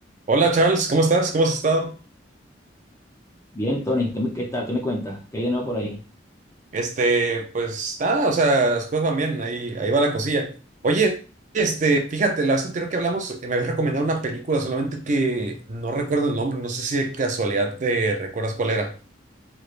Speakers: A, on the right (about 40°); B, on the left (about 15°).
A: Hola Charles, ¿cómo estás? ¿Cómo has estado?
B: Bien, Tony, ¿qué, me- qué tal? ¿Qué me cuentas? ¿Qué hay de nuevo por ahí?
A: Este, pues nada, o sea, las cosas van bien, ahí, ahí va la cosilla. Oye, este, fíjate, la vez anterior que hablamos eh, me habías recomendado una película, solamente que no recuerdo el nombre, no sé si de casualidad te recuerdas cuál era.